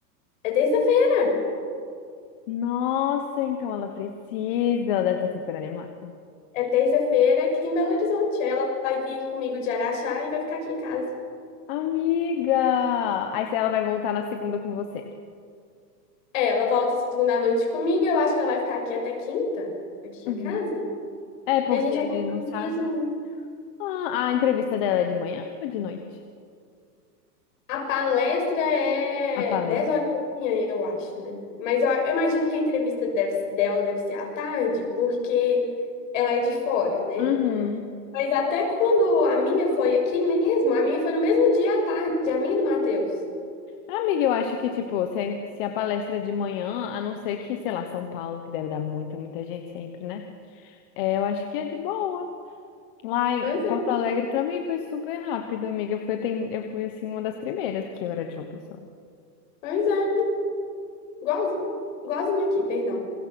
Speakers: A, on the left; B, on the left.
A: É terça-feira.
B: Nossa, então ela precisa, ela deve estar super animada.
A: É terça-feira aqui em Belo Horizonte. Aí ela vai vir comigo de Araxá e vai ficar aqui em casa.
B: Amiga! Aí se ela vai voltar na segunda com você.
A: É, ela volta segunda à noite comigo, eu acho que ela vai ficar aqui até quinta, aqui em
B: Uhum.
A: casa.
B: É porque
A: E a gente já
B: ele
A: tá
B: não
A: de
B: sabe,
A: junto.
B: né? Ah, a entrevista dela é de manhã ou de noite?
A: A palestra é
B: A palestra.
A: 10 horas da manhã, eu acho, né? Mas eu, eu imagino que a entrevista deve- dela deve ser à tarde, porque ela é de fora, né?
B: Uhum.
A: Mas até quando a minha foi aqui mesmo, a minha foi no mesmo dia à tarde, a minha e do Matheus.
B: Amiga, eu acho que, tipo, se, se a palestra é de manhã, a não ser que, sei lá, São Paulo, que deve dar muita, muita gente sempre, né? É, eu acho que é de boa. Lá em
A: Pois é,
B: Porto Alegre também foi super rápido, amiga. Eu fui, aten- eu fui assim, uma das primeiras, porque eu era de João Pessoa.
A: pois é, igualzinho, igualzinho aqui, perdão.